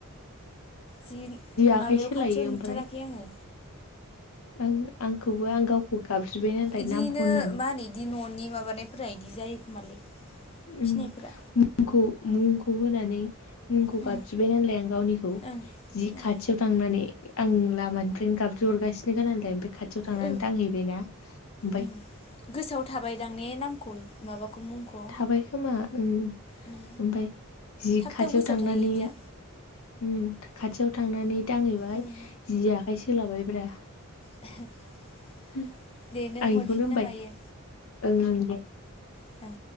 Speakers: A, on the left (about 25°); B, on the left (about 70°).
A: जि
B: आखाइ
A: माबायाव
B: सोलायो
A: खाथियाव नुथाराखै
B: ओमफ्राय
A: आङो।
B: आं आंखौबो आं गावखौ गाबज्रिबाय नाथाय
A: इदिनो
B: नामखननानै
A: मा होनो इदि न'नि माबानायफोरा इदि जायो खोमालै!
B: उम
A: फिनायफोरा
B: मुंखौ मुंखौ होनानै मुंखौ
A: ओं
B: गाबज्रिबाय नालाय आं गावनिखौ,
A: ओं
B: जि
A: ओं
B: खाथियाव थांनानै आं लामानिफ्रायनो गाबज्रि हरगासिनो <unintelligible> खाथियाव थांनानै
A: ओ
B: दांहैबायना ओमफाय
A: उम गोसोआव थाबायदां ने नामखौ माबाखौ मुंखौ
B: थाबाय खोमा ओम ओमफ्राय
A: उम
B: जि
A: थाब
B: खाथियाव
A: थाब गोसोआव
B: थांनानै
A: थायो इदिया
B: उम खाथियाव थांनानै दांहैबाय
A: ओं
B: जि आखाइ सोलाबायब्रा
A: <unintelligible> <inaudible>
B: उम आं
A: दे नों
B: बेखौनो
A: हरफिन
B: होनबाय
A: ना मायो
B: ओं ओं दे
A: ओं